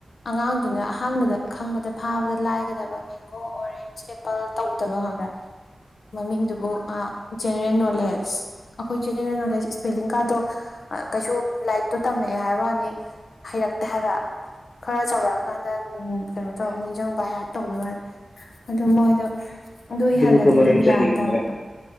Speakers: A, on the left (about 80°); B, on the left (about 60°).
A: ꯑꯉꯥꯡ ꯗꯨꯅ ꯑꯍꯥꯟꯕꯗ ꯈꯪꯕꯗ ꯐꯥꯕꯗ ꯂꯥꯏꯒꯗꯕ ꯃꯦ ꯃꯦꯡꯒꯣ ꯑꯣꯔꯦꯟꯖ ꯑꯦꯄꯜ ꯇꯧꯗꯕ ꯈꯪꯕ꯭ꯔꯥ ꯃꯃꯤꯡꯗꯨꯕꯨ ꯑꯥ ꯖꯦꯅꯦꯔꯦꯜ ꯅꯣꯂꯦꯖ ꯑꯈꯣꯏ ꯖꯦꯅꯦꯔꯦꯜ ꯅꯣꯂꯦꯖ ꯁꯄꯦꯂꯤꯡ ꯀꯥꯗꯣ ꯑꯥ ꯀꯩꯁꯨ ꯂꯥꯏꯔꯤꯛꯇꯣ ꯇꯝꯃꯛꯑꯦ ꯍꯥꯏꯕ ꯋꯥꯅꯤ ꯍꯩꯔꯛꯇꯦ ꯍꯥꯏꯕ ꯈꯔ ꯆꯥꯎꯔꯑꯀꯥꯟꯗ ꯎꯝ ꯀꯩꯅꯣ ꯇꯧ ꯅꯤꯡꯖꯪ ꯕꯥꯏ ꯍꯥꯔꯠ ꯇꯧꯕꯩ ꯋꯥꯠ ꯑꯗꯣ ꯃꯣꯏꯗꯣ ꯑꯗꯨ
B: ꯑꯗꯨꯕꯨꯛꯇ
A: ꯏꯍꯜꯂꯗꯤ
B: ꯃꯔꯝ
A: ꯑꯗꯨꯝ
B: ꯆꯠꯂꯤꯕ
A: ꯂꯥꯟ ꯇꯥꯕ
B: ꯃꯔꯝ